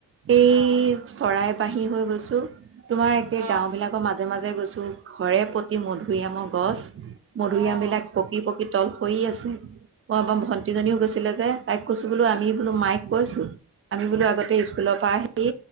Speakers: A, on the right (about 35°); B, on the right (about 60°).
A: সেই
B: অঁ
A: চৰাই বাহী হৈ গৈছো, তোমাৰ একে
B: অঁ
A: গাঁও বিলাকৰ মাজে মাজে গৈছো। ঘৰে প্ৰতি মধুৰিআমৰ গছ, মধুৰিআমবিলাক
B: অঁ
A: পকি পকি তল সৰি আছে। <unintelligible> ভণ্টিজনীও গৈছিলে যে, তাইক কৈছো বোলো আমি বোলো মাইক কৈছো। আমি বোলো আগতে স্কুলৰ পৰা আহি